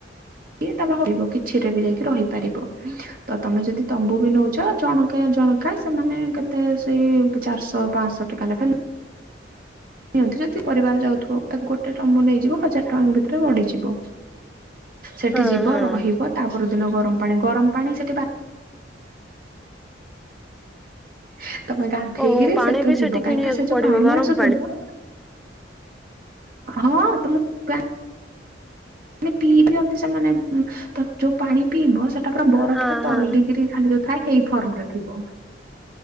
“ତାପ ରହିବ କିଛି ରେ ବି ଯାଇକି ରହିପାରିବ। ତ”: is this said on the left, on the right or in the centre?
Right